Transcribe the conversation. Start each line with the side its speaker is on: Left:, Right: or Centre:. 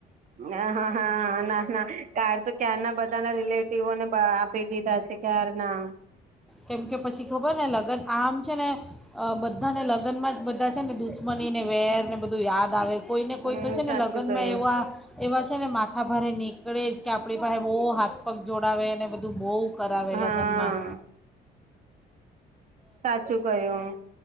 Right: હા, હા, હા, ના, ના કાડ તો ક્યંના બધા ના રિલેટિવોને બ આપી દીધા છે ક્યાર ના
Centre: કેમ કે પછી ખબર ને લગ્ન આમ છે ને અ બધાને લગ્નમાં જ બધા છે ને દુશ્મની ને વેર ને બધું યાદ આવે કોઈને કોઈ
Right: હમ
Centre: તો છે ને
Right: સાચું
Centre: લગ્નમાં
Right: કયું
Centre: એવા એવા છે ને માથા ભારે નીકળે જ, કે આપણી પાસે બહુ હાથ પગ જોડાવે અને બ દુ બોવ કરાવે
Right: હા
Centre: લગનમાં
Right: સાચું કહ્યું